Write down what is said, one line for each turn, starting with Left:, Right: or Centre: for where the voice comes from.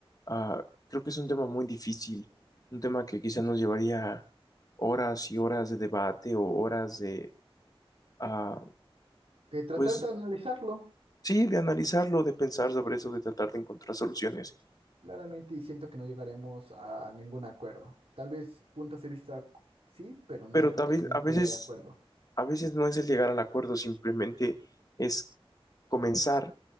Left: Ah, creo que es un tema muy difícil, un tema que quizás nos llevaría horas y horas de debate o horas de, ah,
Right: Que tratar
Left: pues
Right: de analizarlo,
Left: sí, de analizarlo, de pensar sobre eso, de tratar de encontrar soluciones.
Right: claramente, y siento que no llegaremos a ningún acuerdo. Tal vez puntos de vista sí, pero no
Left: Pero
Right: totalmente
Left: también a veces,
Right: de acuerdo.
Left: a veces no es el llegar al acuerdo, simplemente es comenzar